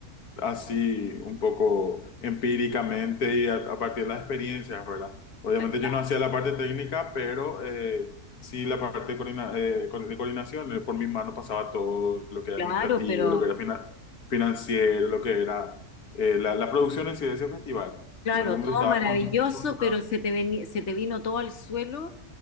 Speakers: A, on the left (about 80°); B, on the left (about 50°).
A: así un poco empíricamente y a, a partir de las experiencias, ¿verdad? Obviamente
B: ya, ya,
A: yo no hacía la parte técnica, pero eh, sí la parte de, coordina- eh, co- de coordinación, eh, por mi mano pasaba todo lo que era
B: claro,
A: administrativo,
B: pero
A: lo que era fina- financiero, lo que era eh, la, la producción en sí de ese festival.
B: Claro,
A: Y bueno, como
B: todo
A: te estaba
B: maravilloso,
A: con, con-
B: pero se te veni- se te vino todo al suelo